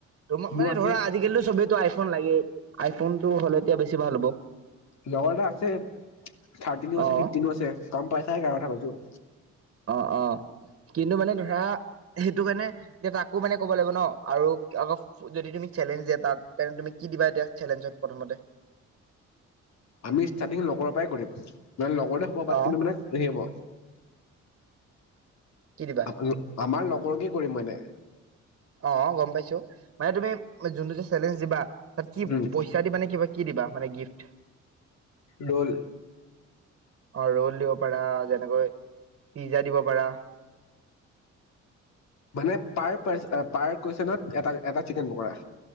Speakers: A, on the right; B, on the left.
A: তোমাৰ
B: মোৰ
A: মানে
B: আছে
A: ধৰা আজিকালি চবেইতো আই ফোন লাগে আইফোন টো হ'লে এতিয়া বেছি ভাল হ'ব।
B: লগৰএটাৰ আছে থাৰ্টিনো আছে
A: অ
B: ফিফটিনো আছে গম পইচাই কাৰ কথা কৈছো।
A: অ- অ- কিন্তু মানে ধৰা সেইটো কাৰণে এটা আকৌ মানে ক'ব লাগিব ন আৰু আকৌ যদি তুমি চেলেঞ্জ দিয়া তাত তেন্ত তুমি কি দিবা এতিয়া চেলেঞ্জত প্ৰথমতে।
B: আমি ষ্টাৰ্টিং লগৰৰ পৰাই কৰিম। মানে লগৰতে হ'ব বাট
A: অ
B: কিন্তু মানে হেৰি হ'ব।
A: কি দিবা
B: আপোনি আমাৰ লগ কৰ কে কৰিম মানে।
A: অ'- গম পাইছোঁ। মানে তুমি যোনটো যে চেলেঞ্জ দিবা তাত কি
B: উম
A: পইচা দিবা নে কিবা কি দিবা। মানে গিফ্ট।
B: দল।
A: অহ ৰোল দিব পাৰা, যেনেকৈ পিজ্জা দিব পাৰা।
B: মানে পাৰ পাৰ এ পাৰ কৈছে নহয় এ এটা এটা চিকেন পকৰা।